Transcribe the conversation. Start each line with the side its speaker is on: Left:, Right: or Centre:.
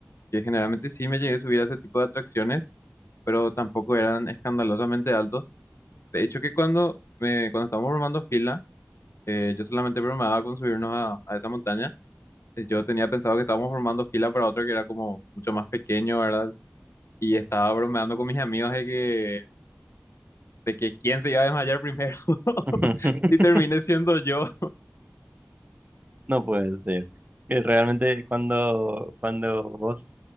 Left: que generalmente sí me llegué a subir a ese tipo de atracciones, pero tampoco eran escandalosamente altos. De hecho que cuando, me, cuando estábamos formando fila, eh, yo solamente bromaba con subirnos a a esa montaña eh, yo tenía pensado que estábamos formando fila para otro que era como mucho más pequeño, ¿verdad? Y estaba bromeando con mis amigos de que, de que quién se iba a desmayar primero. <laughs>
Right: <laughs>
Left: Y terminé siendo yo.
Right: No puede ser. Que realmente cuando, cuando vos